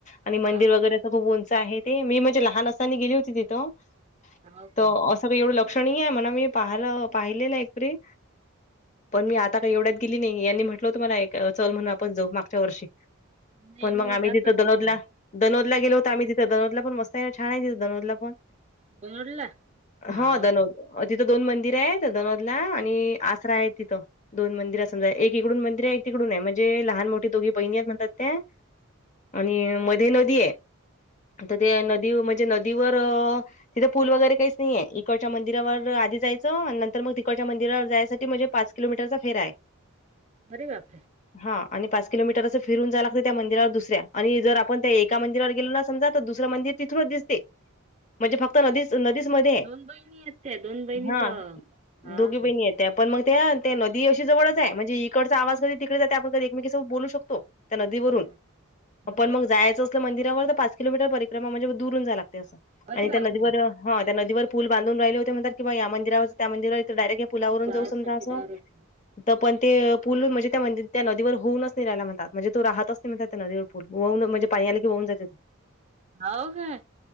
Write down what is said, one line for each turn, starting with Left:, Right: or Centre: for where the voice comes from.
Left: आणि
Right: हा
Left: मंदिर वगैरे खुप उंच आहे ते, मी म्हणजे लहान असतानी गेली होती तिथं,
Right: हो
Left: तर
Right: काय
Left: अस सगळ एवढं लक्ष नाहीय, म्हणा मी पाहिल पाहिलेलं एकरी. पण मी आता काही एवढ्यात गेली नाहीये, यांनी म्हटलं होतं मला एक चल म्हणून आपण जाऊ मागच्या वर्षी,
Right: नाही
Left: पण
Right: मी
Left: मग आम्ही
Right: जात
Left: तिथं
Right: असते
Left: दनोदला
Right: म्हणा
Left: दनोदला गेला होतो, आम्ही तिथे दनोदला पण मस्त आहे, छान आहे ते दनोदला पण.
Right: दोनडला हो
Left: हा दणोद.
Right: काय
Left: तिथं दोन मंदिर आहेत, दनोदला आणि आसरा आहे तिथं. दोन मंदिर समजा, एक इकडून मंदिर आहे, एक तिकडून आहे, म्हणजे लहान मोठ्ठी दोघी बहिणी आहेत म्हणतात त्या. आणि मध्ये नदी आहे, आता ते नदी म्हणजे नदीवर तिथे पूल वगैरे काहीच नाहीये, इकडच्या मंदिरावर आधी जायचं नंतर मग तिकडच्या मंदिरावर जायसाठी म्हणजे पाच किलोमीटरचा फेरा आहे.
Right: अरे बापरे.
Left: हा आणि पाच किलोमीटर असं फिरून जाया लागतंय त्या मंदिरावर दुसऱ्या आणि जर आपण त्या एका मंदिरावर गेलो ना समजा तर दुसरा मंदिर तिथूनच दिसते. म्हणजे फक्त नदीच, नदीच मध्ये आहे,
Right: दोन बहिणी आहेत त्या दोन बहिणीच
Left: हा
Right: हा
Left: दोघी बहिणी
Right: काय
Left: आहेत. ते पण मग त्ये ते नदी अशी जवळच ये, म्हणजे इकडचा आवाज कधी तिकडे जाते, आपण कधी एकमेकी सोबत बोलू शकतो. त्या नदीवरून,
Right: हा हा,
Left: पण मग जायचं मंदिरावर तर पाच किलोमीटर परिक्रमा म्हणजे दुरून जायला लागतं, असं
Right: अरे
Left: आणि त्या
Right: बापरे
Left: नदीवर ह त्या नदीवर पुल बांधून राहिले होते म्हणतात किं बॉ मंदिरावर त्या मंदिरावर डायरेक्ट या पुलावरून
Right: जायसाठी
Left: जाऊ समजा असं
Right: डायरेक्ट
Left: त पण ते पूल म्हणजे त्यामधे त्या नदीवर होऊनच नही रायला म्हणता, म्हणजे तो राहतच नही म्हणतात त्या नदीवर पूल वाहून म्हणजे पाणी आलं की वाहुन जात्यात. <inaudible> <unintelligible>
Right: होव काय?